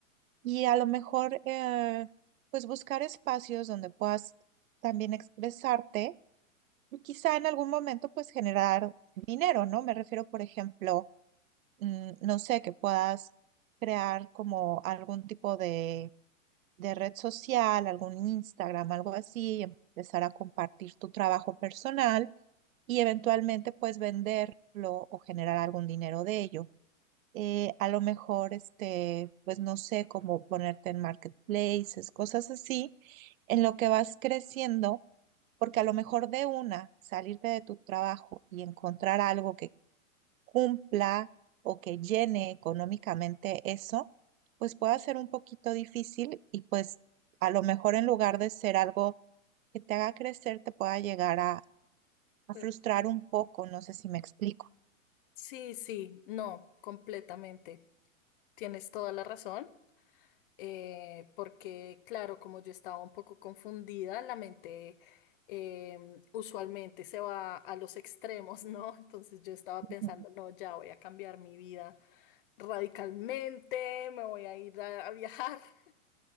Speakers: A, on the right; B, on the left.
A: y a lo mejor eh, pues buscar espacios donde puedas también expresarte y quizá en algún momento pues generar dinero, ¿no? Me refiero, por ejemplo, mm, no sé, que puedas crear como algún tipo de, de red social, algún Instagram, algo así, y empezar a compartir tu trabajo personal y eventualmente pues venderlo o generar algún dinero de ello. Eh, a lo mejor, este, pues no sé, como ponerte en marketplaces, cosas así, en lo que vas creciendo porque a lo mejor de una, salirte de tu trabajo y encontrar algo que cumpla o que llene económicamente eso, pues puede ser un poquito difícil y pues a lo mejor en lugar de ser algo que te haga crecer, te pueda llegar a, a
B: Perfecto.
A: frustrar un poco, no sé si me explico.
B: Sí, sí, no, completamente. Tienes toda la razón, eh, porque claro, como yo estaba un poco confundida, la mente em, usualmente se va a los extremos, ¿no? <laughs> Entonces yo estaba
A: Ujú.
B: pensando, no, ya voy a cambiar mi vida radicalmente, me voy a ir a, a viajar, <laughs>